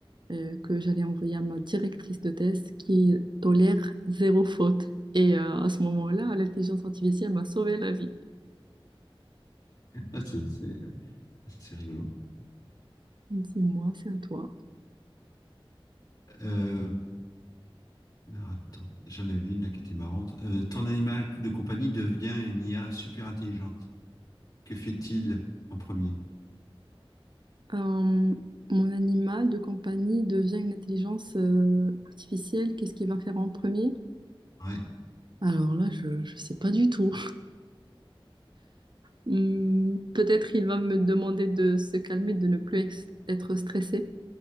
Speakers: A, on the right; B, on the left.
A: euh, que j'allais envoyer à ma directrice de thèse qui tolère zéro faute. Et euh, à ce moment-là, l'intelligence artificielle m'a sauvé la vie.
B: Ah, c'est c'est- c'est rigolo.
A: Dis-moi, c'est à toi.
B: Euh, alors, attends, j'en avais une là qui était marrante. Euh, ton animal de compagnie devient une IA super intelligente. Que fait-il en premier?
A: Euh, mon animal de compagnie devient une intelligence euh, artificielle. Qu'est-ce qu'il va faire en premier?
B: Ouais.
A: Alors là, je ne sais pas du tout. Hmm, peut-être il va me demander de se calmer, de ne plus ex- être stressé.